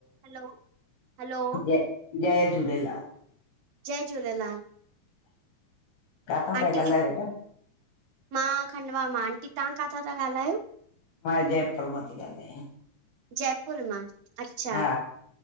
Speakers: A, on the right (about 80°); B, on the left (about 75°).
A: हलो, hello
B: जय जय झूलेलाल
A: जय झूलेलाल।
B: काथा
A: आंटी
B: पिया गालायो
A: कि
B: बेटा?
A: मां खंडवा मां आंटी, तव्हां काथां ता ॻाल्हायो?
B: मां जयपुर मां थी ॻाल्हायां
A: जयपुर मां, अच्छा।
B: हा